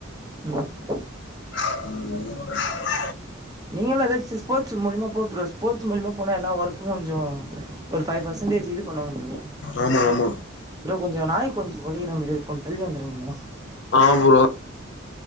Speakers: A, on the right; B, on the left.
A: ம்
B: ம் ம்
A: நீங்களு ஏதாச்சு ஸ்போர்டஸ் மூலிமா போ ப்ரோ ஸ்போர்ட்ஸ் மூலிமா போனா எல்லா ஒர்க்கு முஞ்சிரு ஒரு ஃபைவ் பர்சன்டேஜ் இது பண்ணுவாங்க ப்ரோ
B: ஆமா ஆமா
A: ப்ரோ கொஞ்ச நாய் கொஞ்ச கொற மாரியே இருக் கொஞ் தள்ளியே வந்துர்ரீங்களா
B: ஆ ப்ரோ